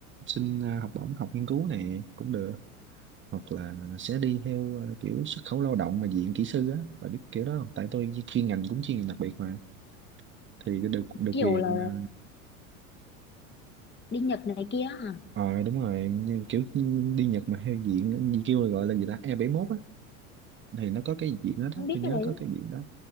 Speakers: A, on the right; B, on the left.
A: xin à, học bổng học nghiên cứu này cũng được hoặc là sẽ đi theo à, kiểu xuất khẩu lao động mà diện kỹ sư á bà biết kiểu đó không tại tôi chuyên ngành cũng chuyên ngành đặc biệt mà thì được được
B: kiểu
A: quyền
B: là
A: à,
B: đi Nhật này kia hả
A: Ờ đúng rồi như kiểu đi Nhật mà theo diện như kêu là gọi là gì ta e bảy mốt á thì nó có cái diện đó,
B: không
A: đó
B: biết
A: tôi nhớ
B: cái đấy
A: có cái diện đó